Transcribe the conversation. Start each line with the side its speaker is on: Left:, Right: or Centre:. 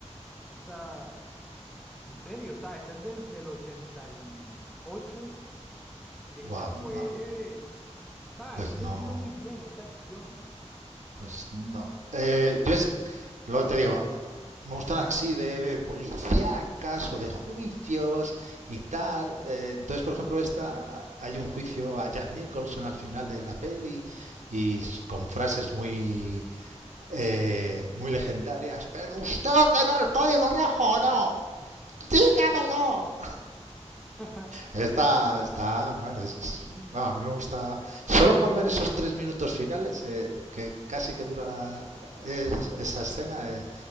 Centre: Esa, en serio, o sea, esa es del, del 88. Y ocho. Y de hecho
Right: Buah, no,
Centre: fue, o sea, ha
Right: pues
Centre: envejecido
Right: no,
Centre: muy bien esta acción.
Right: pues no. Eh, yo es, lo te digo, me gustan así de policíacas o de juicios y tal. Eh, entonces, por ejemplo, esta hay un juicio a Jack Nicholson al final de la peli y s- con frases muy eh, muy legendarias. Pero usted tiene el código rojo, o ¿no? Dígamelo.
Centre: <laughs>
Right: Está, está, bueno, es, bueno, a mí me gusta. Solo por ver esos tres minutos finales, eh, que casi que dura la, es- esa escena, eh,